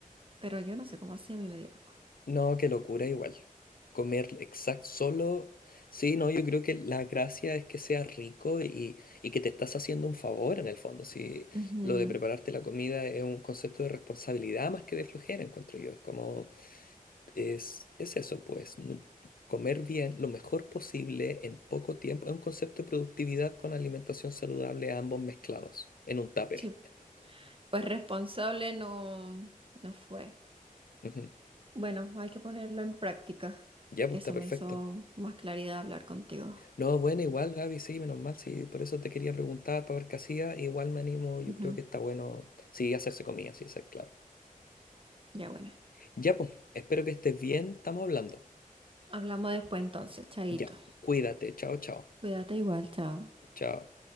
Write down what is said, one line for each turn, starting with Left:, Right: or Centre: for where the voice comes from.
Right: Pero yo no sé cómo hacía, a mí me dio asco.
Left: No, qué locura igual. Comer exacto solo. Sí, no, yo creo que la gracia es que sea rico y, y que te estás haciendo un favor en el fondo. Si
Right: Ujú.
Left: lo de prepararte la comida es un concepto de responsabilidad más que de flojera, encuentro yo. Es como, es, es eso, pues, nu- comer bien lo mejor posible en poco tiempo. Es un concepto de productividad con alimentación saludable, ambos mezclados, en un tupper.
Right: Sí, pues responsable no, no fue.
Left: Ujú.
Right: Bueno, hay que ponerlo en práctica.
Left: Ya, pues
Right: Eso
Left: está perfecto.
Right: me hizo más claridad hablar contigo.
Left: No, bueno, igual Gaby, sí, menos mal, sí, por eso te quería preguntar para ver qué hacía, igual me animo,
Right: Ujú.
Left: yo creo que está bueno, sí, hacerse comida, sí, esa es clave.
Right: Ya bueno,
Left: Ya, pues, espero que estés bien, estamos hablando.
Right: hablamos después entonces, chaito.
Left: Ya, cuídate, chao, chao,
Right: Cuídate igual, chao.
Left: chao.